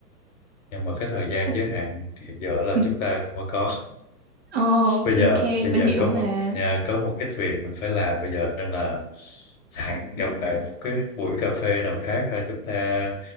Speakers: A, on the left; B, on the right.
A: Nhưng mà cái thời gian
B: Ok.
A: giới hạn hiện giờ là
B: <laughs>
A: chúng ta không có có.
B: Ồ,
A: bây
B: ok,
A: giờ bây
B: mình
A: giờ
B: hiểu
A: có
B: mà.
A: một nhà có một ít việc mình phải làm bây giờ nên là hẹn gặp bạn một cái buổi cà phê nào khác hay chúng ta